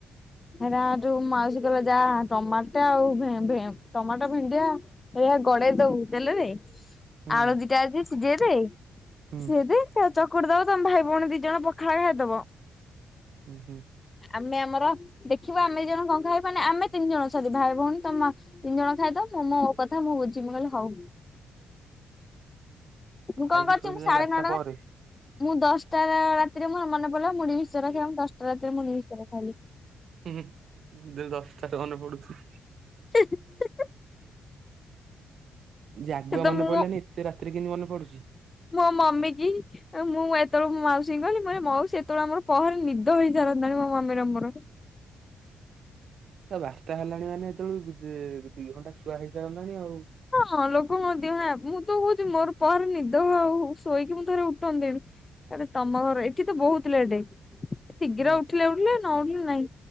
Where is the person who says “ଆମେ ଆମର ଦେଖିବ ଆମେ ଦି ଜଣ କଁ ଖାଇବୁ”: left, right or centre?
Left